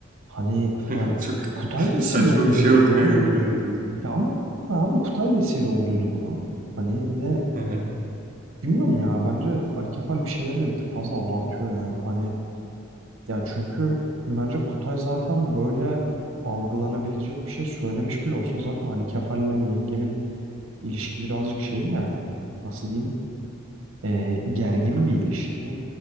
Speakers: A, on the right; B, on the right.
A: Hani yani
B: <laughs> Çok
A: Kutay vesile
B: saçma
A: oldu
B: bir şey oldu
A: yani
B: kanka
A: bu-
B: böyle anlatınca.
A: ya ama ya abi Kutay vesile olduydu buna. Hani ve
B: Hı hı.
A: bilmiyorum ya bence Ali Kefal bir şeyleri de bir tık fazla abartıyor yani. Hani Ya çünkü bence Kutay zaten böyle algılanabilecek bir şey söylemiş bile olsa zaten Ali Kefal'le yengemin ilişki birazcık şey yani nasıl diyeyim e, gergin
B: Hı.
A: bir ilişki